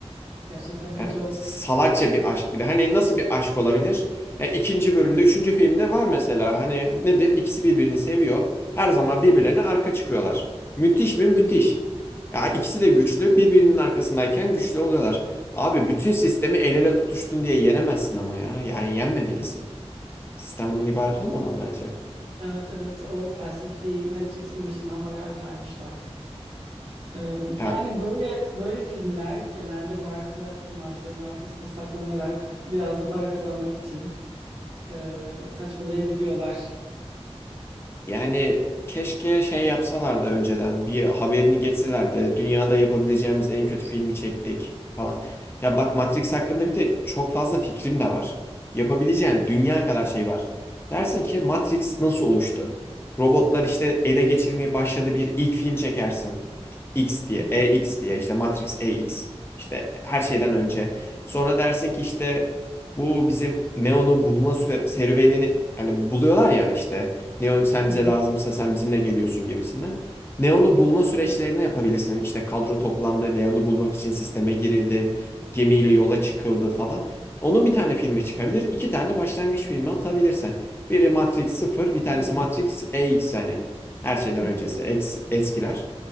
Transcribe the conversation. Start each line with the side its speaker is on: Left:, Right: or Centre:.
Right: Gerçekten kötü
Left: Yani
Right: olmuş.
Left: salakça bir aşk bir de. Hani nasıl bir aşk olabilir? Yani ikinci bölümde, üçüncü filmde var mesela. Hani nedir? İkisi birbirini seviyor. Her zaman birbirlerine arka çıkıyorlar. Müthiş mi? Müthiş.
Right: Hı hı.
Left: Ya ikisi de güçlü. Birbirinin arkasındayken güçlü oluyorlar. Abi bütün sistemi el ele tutuştun diye yenemezsin ama ya. Yani yenmemelisin. Sistem bunun ibaret olmamalı bence.
Right: Evet evet o felsefi Matrix imajından bayağı caymışlar. Ee,
Left: Ya
Right: yani böyle böyle filmler genelde marka imajlarının arkasında saklanarak biraz da para kazanmak için e, saçmalayabiliyorlar.
Left: Yani keşke şey yapsalardı önceden bir haberini geçselerdi. Dünyada yapabileceğimiz en kötü filmi çektik falan. Ya bak Matrix hakkında
Right: Hı
Left: bir de çok fazla fikrim de var. Yapabileceğin
Right: hı,
Left: dünya kadar şey var. Dersin ki Matrix nasıl oluştu? Robotlar işte ele geçirmeye başladı bir ilk film çekersin. X diye,
Right: hı hı,
Left: E X diye işte Matrix E X İşte her şeyden önce. Sonra dersin ki işte bu bizim Neo'nu bulma sü- serüvenini yani buluyorlar ya işte Neon sen
Right: hı hı,
Left: bize lazımsın, sen bizimle geliyorsun gibisinden. Neon'u bulma süreçlerini yapabilirsin. İşte kadro toplandı, Neon'u bulmak için sisteme girildi, gemiyle yola çıkıldı falan. Onun bir tane filmi çıkabilir, iki tane başlangıç filmi atabilirse. Biri Matrix sıfır, bir tanesi
Right: hı hı,
Left: Matrix EX hani her şeyden
Right: hı hı.
Left: öncesi eks- eskiler.